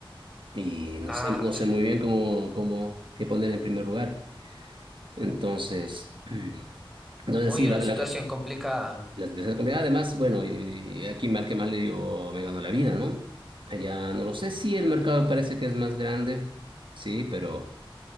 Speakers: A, on the right; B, in the centre.
A: y
B: Ah,
A: no sé, no sé muy bien cómo, cómo, qué poner en primer lugar. Entonces, <clears throat> entonces
B: uy,
A: sí,
B: una
A: la,
B: situación
A: la,
B: complicada.
A: la situación es complicada. Además, bueno, y aquí mal que mal le digo, me ganó la vida, ¿no? Allá no lo sé, sí, el mercado parece que es más grande, sí, pero,